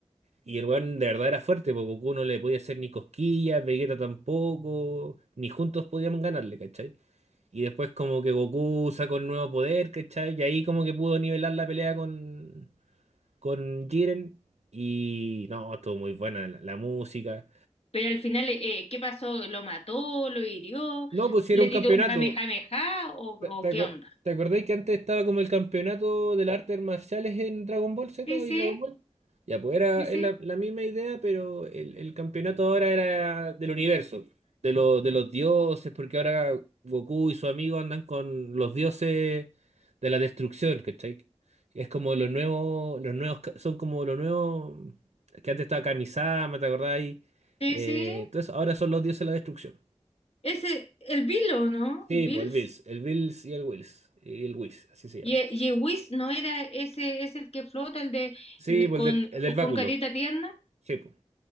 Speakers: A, on the right (about 80°); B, on the left (about 65°).
A: Y el weón de verdad era fuerte, porque Goku no le podía hacer ni cosquillas, Vegeta tampoco, ni juntos podíamos ganarle, ¿cachai? Y después como que Goku sacó el nuevo poder, ¿cachai? Y ahí como que pudo nivelar la pelea con, con Jiren. Y no, estuvo muy buena la, la música.
B: pero al final, eh, eh, ¿qué pasó? ¿Lo mató? ¿Lo hirió?
A: No, pues sí,
B: ¿Le
A: era un
B: tiró
A: campeonato.
B: un jame jame ja? ¿O,
A: ¿Te,
B: o
A: te
B: qué
A: acor-
B: onda?
A: te acordáis que antes estaba como el campeonato de las artes marciales en Dragon Ball Z
B: Sí,
A: y
B: sí,
A: Dragon Ball? Ya, pues era,
B: sí, sí.
A: es la, la misma idea, pero el, el campeonato ahora era del universo, de, lo- de los dioses, porque ahora Goku y su amigo andan con los dioses de la destrucción, ¿cachai? Es como los nuevos, los nuevos, ca- son como los nuevos, que antes estaba Kamisama, ¿te acordáis?
B: Sí,
A: Eh,
B: sí.
A: entonces ahora son los dioses de la destrucción.
B: Ese, el Bill o ¿no?
A: Sí,
B: Bills.
A: pues el Bills, el Bills y el Wills, y el Whis, así se llama.
B: Y, y Whis, ¿no era ese, es el que flota, el de
A: Sí, pues
B: con,
A: el del, el del báculo,
B: con carita tierna?
A: sí, pues.